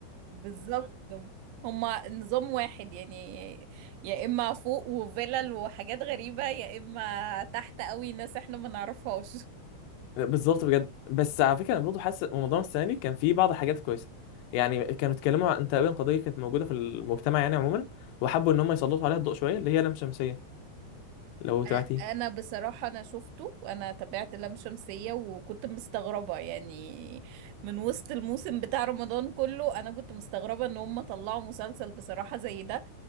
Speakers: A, on the right; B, on the left.
A: بالظبط هما نظام واحد يعني يا اما فوق وفيلل وحاجات غريبة يا اما تحت قوي ناس احنا ما نعرفهاش
B: بالظبط بجد بس على فكره انا برضه حاسس رمضان السنه دي كان فيه بعض الحاجات كويسه يعني كانوا اتكلموا عن تقريبا قضيه كانت موجوده في المجتمع يعني عموما وحبوا ان هم يسلطوا عليها الضوء شويه اللي هي لام شمسيه لو تعرفي
A: أ- انا بصراحة انا شفته انا تابعت لام شمسية وكنت مستغربة يعني من وسط الموسم بتاع رمضان كله انا كنت مستغربة ان هم طلعوا مسلسل بصراحة زي ده